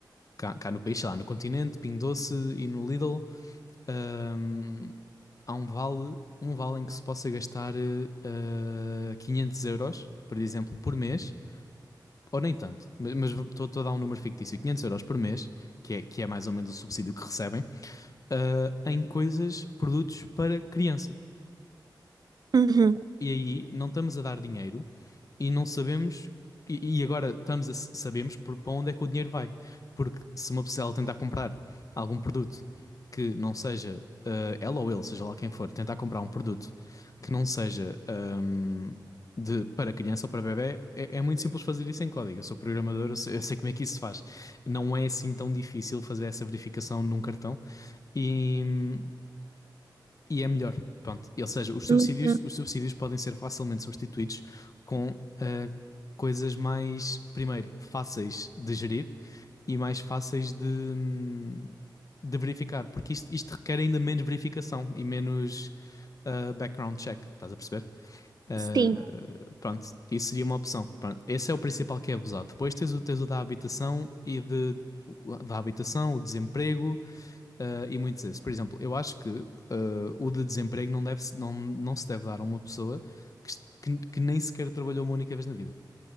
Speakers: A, on the left (about 45°); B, on the right (about 55°).
A: cá, cá no país, sei lá, no Continente, Pingo Doce e no Lidl. um, há um vale, um vale em que se possa gastar eh, eh, 500 euros, por exemplo, por mês, ou nem tanto, mas estou a dar um número fictício, 500 euros por mês, que é, que é mais ou menos o subsídio que recebem, eh, em coisas, produtos para criança.
B: uhum,
A: e aí não estamos a dar dinheiro e não sabemos, e, e agora estamos a s- sabemos por- para onde é que o dinheiro vai. Porque se uma pessoa ela tentar comprar algum produto que não seja eh, ela ou ele, seja lá quem for, tentar comprar um produto que não seja ahm, de, para criança ou para bebé é, é muito simples fazer isso em código. Eu sou programador, eu sei, eu sei como é que isso se faz. Não é assim tão difícil fazer essa verificação num cartão. E, e é melhor. Pronto. Ou seja, os subsídios,
B: uhum.
A: os subsídios podem ser facilmente substituídos com ah, coisas mais, primeiro, fáceis de gerir e mais fáceis de, hum, de verificar, porque isto, isto requer ainda menos verificação e menos ah, background check, estás a perceber? Ah,
B: Sim,
A: pronto, isso seria uma opção. Pronto, esse é o principal que é abusado. Depois tens o, tens o da habitação e de, da habitação, o desemprego, Uh, e muitos desses. Por exemplo, eu acho que uh, o de desemprego não, deve, não, não se deve dar a uma pessoa que, que, que nem sequer trabalhou uma única vez na vida.